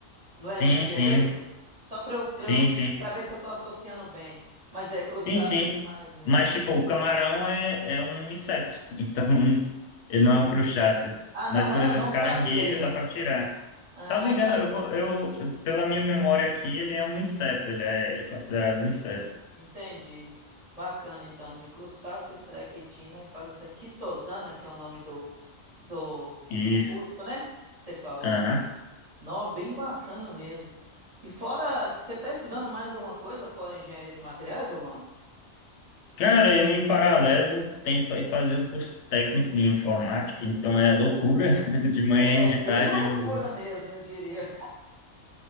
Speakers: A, on the right; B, on the left.
A: No
B: Sim,
A: exoesqueleto?
B: sim,
A: Só para eu, para
B: sim,
A: eu,
B: sim,
A: para ver se eu tô associando bem. Mas é, crustáceo
B: sim, sim.
A: tem mais mesmo.
B: Mas, tipo, o camarão é, é um inseto, <laughs> então ele não é um crustáceo.
A: Ah, não
B: Mas, por
A: é?
B: exemplo,
A: Eu não sabia
B: caranguejo
A: aí,
B: dá
A: ó.
B: para tirar.
A: Ah,
B: Salvo engano, eu, eu, pela minha memória aqui, ele é um inseto, ele é, ele é considerado um inseto.
A: Entendi. Bacana, então, de crustáceos, extrai quitina e faz essa quitosana, que é o nome do, do
B: Isso.
A: composto, né? Que você falou.
B: Aham.
A: Nó, bem bacana mesmo. E fora, você tá estudando mais alguma coisa fora engenharia de materiais, ô Luan?
B: Cara, eu em paralelo tento aí fazer um curso técnico em informática, então é loucura. <laughs> De manhã
A: É
B: e de
A: bem
B: tarde
A: loucura
B: eu
A: mesmo, eu diria.